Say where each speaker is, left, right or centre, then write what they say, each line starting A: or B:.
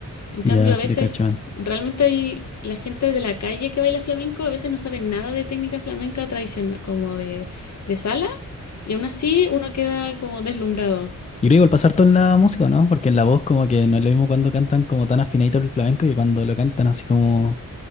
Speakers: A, on the left; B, on the left.
A: En
B: Ya,
A: cambio,
B: sí
A: a veces
B: te cacho.
A: realmente hay la gente de la calle que baila flamenco, a veces no sabe nada de técnica flamenca tradicional, como de, de sala, y aún así uno queda como deslumbrado.
B: Y creo que igual pasar todo en la música, ¿no? Porque en la voz como que no es lo mismo cuando cantan como tan afinadito el flamenco y cuando lo cantan así como,